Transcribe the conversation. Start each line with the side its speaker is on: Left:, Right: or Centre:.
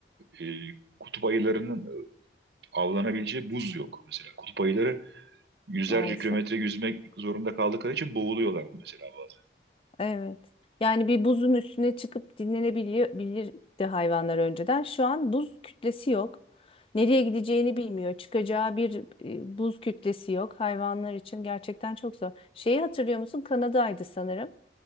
Right: e, kutup ayılarının avlanabileceği buz yok mesela. Kutup ayıları yüzlerce
Left: maalesef.
Right: kilometre yüzmek zorunda kaldıkları için boğuluyorlar mesela bazen.
Left: Evet. Yani bir buzun üstüne çıkıp dinlenebiliyor bilirdi hayvanlar önceden. Şu an buz kütlesi yok. Nereye gideceğini bilmiyor. Çıkacağı bir e, buz kütlesi yok. Hayvanlar için gerçekten çok zor. Şeyi hatırlıyor musun? Kanada'ydı sanırım.